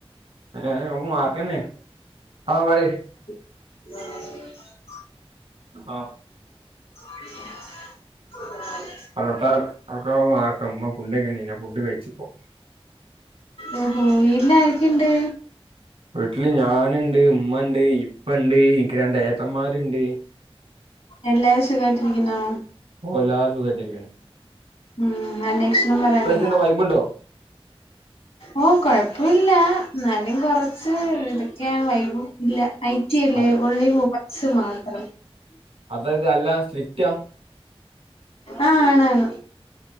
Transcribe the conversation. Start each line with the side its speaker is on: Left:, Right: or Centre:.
Right: ഏ ഒ മാർക്കന്നെ ആ പറ
Left: ഉ
Right: ആഹ
Left: <unintelligible>
Right: പള്ളത്താർക്ക ആക്കമ്മ ഫുൊക്ക ഫുഡ് കഴിച്ചുപ്പോ
Left: ഓഹോ വീല്ല ആർക്കെയുണ്ട്
Right: വീട്ടില് ഞാനുണ്ട് ഉമ്മ ഉണ്ട് ഇപ്പ ഇണ്ട് എനിക്ക് രന്റെ ഏട്ടന്മാരുണ്ട്
Left: എല്ലാവസും കാട്ടിരിക്കുന്നോ
Right: ഓ എല്ലരും സുഖ കട്ടിയിരിക്കുന്നു
Left: ഉം അന്വേഷണം പറയണേ
Right: എന്താ വൈബുണ്ടോ
Left: ഓ കൊഴപ്പില്ല എന്നാലും കുറച്ച് ഇതൊക്കെയാണ് വൈവവും ഇല്ല ഐടി അല്ലേ
Right: അതെ
Left: ഉള്ളി പോ മാത്രം
Right: അതായത് അല്ല സ്ട്രിക്റ്റ
Left: ആഹ ആണണ്